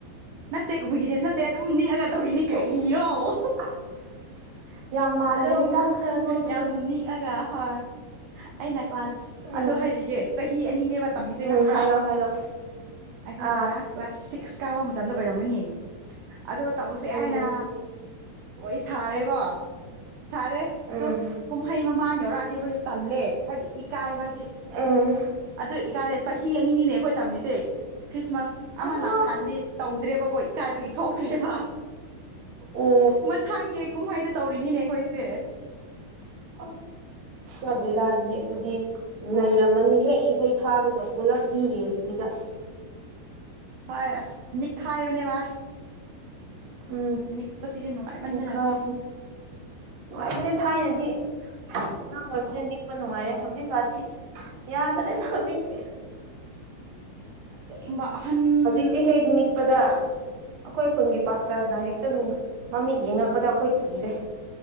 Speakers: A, on the right; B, on the right.
A: ꯅꯠꯇꯦ ꯀꯏꯈꯤꯗꯦ ꯅꯠꯇꯦ ꯑꯗꯨꯝ ꯅꯅꯤꯦꯛꯑꯒ ꯇꯧꯔꯤꯅꯤ ꯀꯔꯤꯔꯣ
B: ꯑꯁ ꯌꯥꯝ ꯃꯥꯟꯒꯅꯤꯗ
A: ꯑꯗꯨꯝ
B: ꯈꯔ ꯅꯣꯏꯕꯗꯨꯒ
A: ꯌꯥꯝ ꯅꯤꯛꯑꯒ ꯍꯣꯏ ꯑꯩꯅ ꯀ꯭ꯂꯥꯁ
B: ꯎꯝ
A: ꯑꯗꯨ ꯍꯥꯏꯕꯤꯒꯦ ꯆꯍꯤ ꯑꯅꯤꯅꯦꯕ ꯇꯝꯃꯤꯁꯦ
B: ꯎꯝ
A: ꯈꯪꯕ꯭ꯔꯥ
B: ꯍꯥꯏꯔꯣ ꯍꯥꯏꯔꯣ
A: ꯑꯩꯈꯣꯏꯅ
B: ꯑꯥ
A: ꯀ꯭ꯂꯥꯁ ꯁꯤꯛꯁ ꯀꯥꯕ ꯃꯇꯝꯗ ꯑꯣꯏꯔꯝꯃꯅꯤ ꯑꯗꯨꯒ ꯇꯧꯔꯁ ꯌꯥꯏꯅ
B: ꯎꯝ
A: ꯁꯥꯔꯦꯀꯣ ꯁꯥꯔꯦ ꯑꯣ
B: ꯎꯝ
A: ꯀꯨꯝꯍꯩ ꯃꯃꯥꯡ ꯌꯧꯔꯛꯑꯗꯤ ꯑꯩꯣꯏ ꯇꯜꯂꯦ ꯍꯥꯏꯕꯗꯤ ꯏꯀꯥꯏꯕ ꯍꯥꯏꯗꯤ
B: ꯎꯝ
A: ꯑꯗꯨ ꯏꯀꯥꯏꯔꯦ ꯆꯍꯤ ꯑꯅꯤꯅꯤꯅꯦ ꯑꯩꯈꯣꯏ ꯇꯝꯃꯤꯁꯦ ꯈ꯭ꯔꯤꯁꯃꯥꯁ ꯑꯃꯅ
B: ꯑꯂꯥ
A: ꯂꯥꯛꯄ ꯀꯥꯟꯗꯗꯤ ꯕꯀꯣ ꯏꯀꯥꯏꯕꯒꯤ ꯊꯣꯛꯇ꯭ꯦꯕ
B: ꯑꯣ
A: ꯃꯊꯪꯒꯤ ꯀꯨꯝꯍꯩꯗ ꯇꯧꯔꯤꯅꯤꯅꯦ ꯑꯩꯈꯣꯏ ꯦ
B: ꯑꯁ ꯆꯕ ꯔꯥꯅꯤ ꯑꯗꯨꯗꯤ
A: ꯍꯣꯏ
B: ꯂꯩꯔꯝꯃꯅꯤ ꯍꯦꯛ ꯏꯁꯩ ꯊꯥꯕꯒ ꯄꯨꯂꯞ ꯃꯤ ꯌꯦꯡꯗꯕꯤꯗ
A: ꯍꯣꯏ ꯅꯤꯈꯥꯏꯕꯅꯦ ꯋꯥ
B: ꯎꯝ
A: ꯅꯤꯛꯄꯁꯤꯗꯤ ꯅꯨꯡꯉꯥꯏꯃꯟꯗꯅꯀꯣ
B: ꯅꯤꯈꯥꯏ ꯅꯨꯡꯉꯥꯏꯕꯅꯦ ꯊꯥꯏꯅꯗꯤ ꯑꯉꯥꯡ ꯑꯣꯏꯕꯅ ꯅꯤꯛꯄ ꯅꯨꯡꯉꯥꯏꯔꯦ ꯍꯧꯖꯤꯛꯀꯥꯟꯗꯤ ꯌꯥꯗ꯭ꯔꯦꯗ ꯍꯧꯖꯤꯛꯇ
A: ꯑꯁꯦꯡꯕ ꯑꯍꯟ
B: ꯍꯧꯖꯤꯛꯇꯤ ꯍꯦꯛ
A: ꯑꯁ
B: ꯅꯤꯛꯄꯗ ꯑꯩꯈꯣꯏ ꯈꯨꯟꯒꯤ ꯄꯥꯁꯇꯔꯅ ꯍꯦꯛꯇꯪ ꯃꯃꯤꯠ ꯌꯦꯡꯉꯛꯄꯗ ꯑꯩꯈꯣꯏ ꯀꯤꯔꯦ